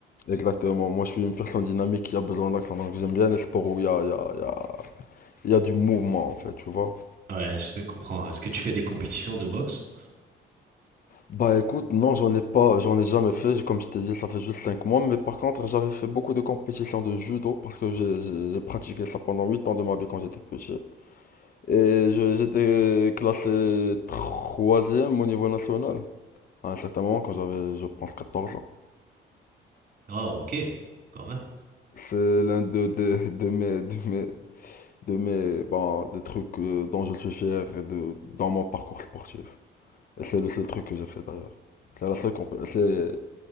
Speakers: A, on the left; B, on the right.
A: Exactement. Moi, je suis une personne dynamique qui a besoin d'action, donc j'aime bien les sports où il y a, il y a, il y a, il y a du mouvement, en fait, tu vois.
B: Ouais, je te comprends. Est-ce que tu fais des compétitions de boxe?
A: Bah écoute, non, j'en ai pas, j'en ai jamais fait. J- Comme je t'ai dit, ça fait juste 5 mois. Mais par contre, j'avais fait beaucoup de compétitions de judo parce que j'ai j'ai- j'ai pratiqué ça pendant 8 ans de ma vie quand j'étais petit. Et je- j'étais classé troisième au niveau national à un certain moment quand j'avais, je pense, 14 ans.
B: Oh, ok, quand même.
A: C'est l'un de, de, de mes, de mes, de mes, bon, des trucs euh, dont je suis fier et de, dans mon parcours sportif. C'est le seul truc que j'ai fait d'ailleurs. C'est la seule comp- c'est